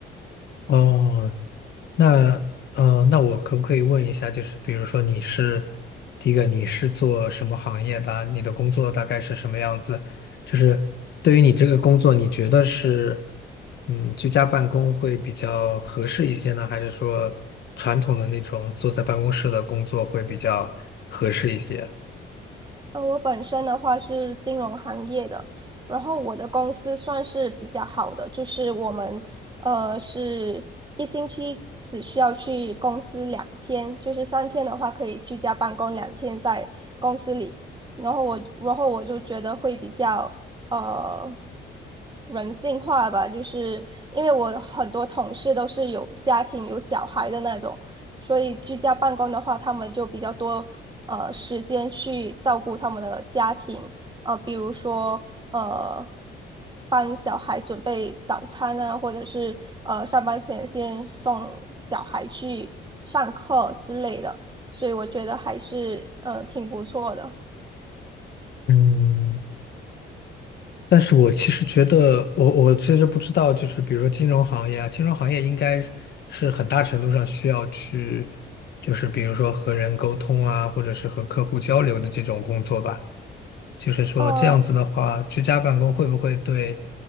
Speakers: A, on the left; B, on the right.
A: 哦，那呃，那我可不可以问一下，就是比如说你是第一个，你是做什么行业的啊你的工作大概是什么样子？就是对于你这个工作，你觉得是嗯居家办公会比较合适一些呢，还是说传统的那种坐在办公室的工作会比较合适一些？
B: 呃，我本身的话是金融行业的，然后我的公司算是比较好的，就是我们呃是一星期只需要去公司两天，就是三天的话可以居家办公，两天在公司里。然后我，然后我就觉得会比较呃人性化吧，就是因为我很多同事都是有家庭、有小孩的那种，所以居家办公的话，他们就比较多呃时间去照顾他们的家庭啊、呃比如说呃帮小孩准备早餐啊，或者是呃上班前先送小孩去上课之类的，所以我觉得还是呃挺不错的。
A: 嗯。但是我其实觉得，我我其实不知道，就是比如说金融行业啊，金融行业应该是很大程度上需要去，就是比如说和人沟通啊，或者是和客户交流的这种工作吧。就是说这样子的话，
B: 呃，
A: 居家办公会不会对